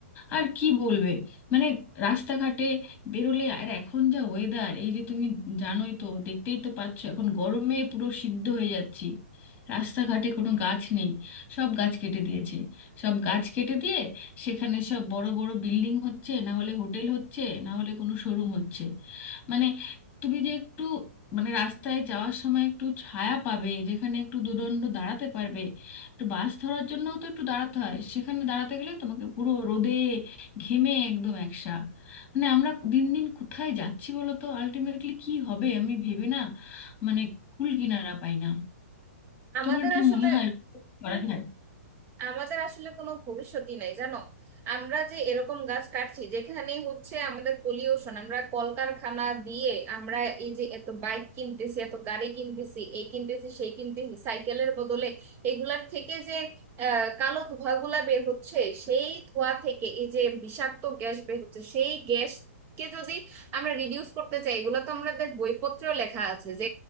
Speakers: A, on the left; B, on the right.
A: আর কি বলবে মানে রাস্তাঘাটে বেরোলে আর এখন যা ওয়েদার এই যে তুমি জানোই তো দেখতেই তো পাচ্ছ এখন গরমে পুরো সিদ্ধ হয়ে যাচ্ছি রাস্তাঘাটে কোনো গাছ নেই সব গাছ কেটে দিয়েছে সব গাছ কেটে দিয়ে সেখানে সব বড় বড় বিল্ডিং হচ্ছে না হলে হোটেল হচ্ছে না হলে কোনো শোরুম হচ্ছে মানে তুমি যে একটু মানে রাস্তায় যাওয়ার সময় একটু ছায়া পাবে যেখানে একটু দুদণ্ড দাঁড়াতে পারবে একটু বাস ধরার জন্যও তো একটু দাঁড়াতে হয় সেখানে দাঁড়াতে গেলে তোমাকে পুরো রোদে ঘেমে একদম একসা মানে আমরা দিন দিন কোথায় যাচ্ছি বলো তো আলটিমেটলি কি হবে আমি ভেবে না মানে কুল কিনারা পাই না
B: আমাদের
A: তোমার কি
B: আসলে
A: মনে হয় করা যায়
B: আমাদের আসলে কোনো ভবিষ্যৎই নাই জানো আমরা যে এরকম গাছ কাটছি যেখানে হচ্ছে আমাদের পলিউশন আমরা কলকারখানা দিয়ে আমরা এই যে এত বাইক কিনতেছি এত গাড়ি কিনতেছি এই কিনতেছি সেই কিনতেছি সাইকেলের বদলে এগুলার থেকে যে আহ, কালো ধোঁয়াগুলা বের হচ্ছে সেই ধোঁয়া থেকে এই যে বিষাক্ত গ্যাস বের হচ্ছে সেই গ্যাস কে যদি আমরা রিডিউস করতে চাই এগুলো তো আমাদের বইপত্রেও লেখা আছে যে